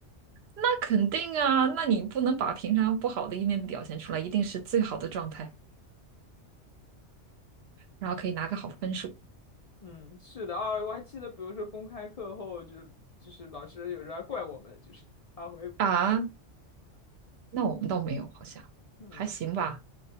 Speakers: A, on the right (about 65°); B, on the left (about 65°).
A: 那肯定啊，那你不能把平常不好的一面表现出来，一定是最好的状态，然后可以拿个好分数
B: 嗯，是的，啊，我还记得，比如说公开课后就就是老师有时候还怪我们，就是发挥不好。
A: 啊。那我们倒没有，好像还行吧。
B: 嗯